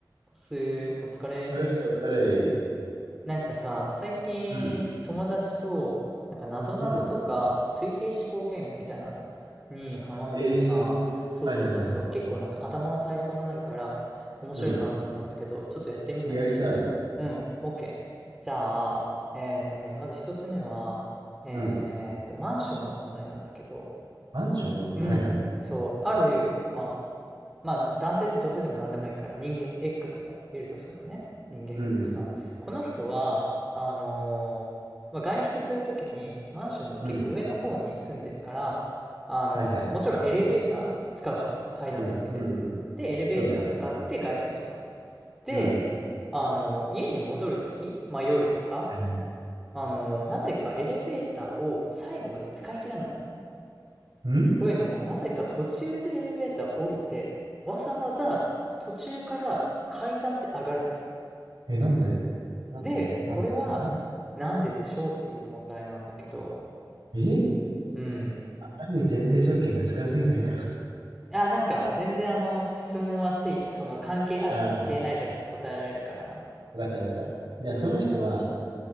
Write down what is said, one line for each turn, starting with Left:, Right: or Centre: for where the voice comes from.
Centre: おす、お疲れ。
Right: よし、お疲れ。
Centre: なんかさ、最近友達と、
Right: うん、
Centre: なんか謎ぞなぞとか水平思考ゲームみたいなのにハマっててさ、
Right: うん。ええはいはいはいはい。
Centre: そうそうそうそう、結構なんか頭の体操になるから面白いかなと思うんだけど、
Right: うん。
Centre: ちょっとやってみない一緒に。
Right: やりたい。
Centre: うん、OK。じゃあ、えっとね、まず一つ目は、えっと、
Right: うん。
Centre: マンションの問題なんだけど、
Right: マンションのもの。
Centre: うん、
Right: はいはい。
Centre: そう、ある、まあ、まあ、男性、女性でも何でもいいから、人間 X がいるとするのね。人間
Right: うんうん。
Centre: X さん。この人は、あのーまあ、外出するときに、マンションの結構上の方に住んでるから、
Right: うん。
Centre: あのーもちろんエレベーター使うじゃん。
Right: はいはい。
Centre: 階段じゃなくて。
Right: うん。うんうん。
Centre: で、エレベーター使って外出します。
Right: そうだね。
Centre: で、
Right: うん。
Centre: あのー家に戻るとき、まあ、夜とか、
Right: はいはい。
Centre: あのーなぜかエレベーターを最後まで使い切らないのね。
Right: ん
Centre: というのも、なぜか途中でエレベーター降りて、わざわざ途中から階段で上がるのね。
Right: え、なんで待って、
Centre: で、
Right: わかんない。
Centre: これはなんででしょうっていう問題なんだけど、
Right: んえ
Centre: うん。
Right: あまりに前提条件が少なすぎないか。
Centre: あ、なんか全然あの質問はしていいよ。その関係ある関係ないとか答えられるから。
Right: <laughs> ああ、わかったわかった。じゃあ、その人は、